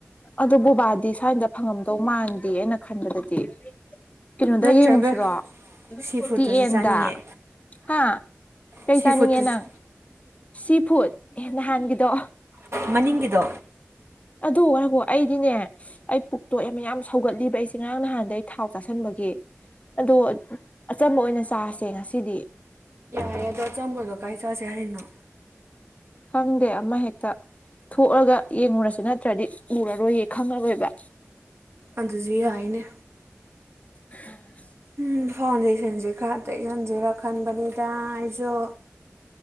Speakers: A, on the left; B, on the right.
A: ꯑꯗꯨ ꯕꯣꯕꯥꯗꯤ ꯁ꯭ꯋꯥꯏꯗ ꯐꯪꯉꯝꯗꯧ ꯃꯥꯟꯗꯦ ꯑꯩꯅ ꯈꯟꯕꯗꯗꯤ ꯀꯩꯅꯣꯗ
B: ꯅꯠꯇ꯭ꯔꯒ
A: ꯌꯦꯡꯉꯨꯁꯤꯔꯣ
B: ꯁꯤ ꯐꯨꯗꯇꯨꯁꯨ
A: ꯇꯤ ꯑꯦꯟꯗ
B: ꯆꯥꯅꯤꯡꯉꯦ
A: ꯍꯥ ꯀꯩ
B: ꯁꯤ
A: ꯆꯥꯅꯤꯡꯉꯦ
B: ꯐꯨꯗꯇꯨꯁꯨ
A: ꯅꯪ ꯁꯤ ꯐꯨꯠ ꯑꯦ ꯅꯍꯥꯟꯒꯤꯗꯣ
B: ꯃꯅꯤꯡꯒꯤꯗꯣ
A: ꯑꯗꯨ ꯉꯥꯏꯈꯣ ꯑꯩꯗꯤꯅꯦ ꯑꯩ ꯄꯨꯛꯇꯣꯏ ꯑꯃ ꯌꯥꯝ ꯁꯧꯒꯠꯂꯤꯕ ꯑꯩꯁꯦ ꯉꯔꯥꯡ ꯅꯍꯥꯟꯗ ꯑꯩ ꯊꯥꯎ ꯆꯥꯁꯤꯟꯕꯒꯤ ꯑꯗꯣ ꯑꯆꯝꯕ ꯑꯣꯏꯅ ꯆꯥꯁꯦ ꯉꯁꯤꯗꯤ
B: ꯍꯥꯏ ꯑꯗꯣ ꯑꯆꯝꯕꯗꯣ ꯀꯥꯏ ꯆꯥꯁꯦ ꯍꯥꯏꯔꯤꯅꯣ
A: ꯈꯪꯗꯦ ꯑꯃ ꯍꯦꯛꯇ ꯊꯣꯛꯑꯒ ꯌꯦꯡꯉꯨꯔꯁꯤ ꯅꯠꯇ꯭ꯔꯗꯤ ꯎꯔꯔꯣꯏꯌꯦ ꯈꯪꯉꯔꯣꯏꯕ
B: ꯑꯗꯨꯁꯨ ꯌꯥꯏꯅꯦ
A: ꯎꯝ
B: ꯎꯝ ꯐꯥꯎꯟꯗꯦꯁꯟꯁꯦ ꯈꯔ ꯇꯩꯁꯤꯟꯁꯦꯔ ꯈꯟꯕꯅꯤꯗ ꯑꯩꯁꯨ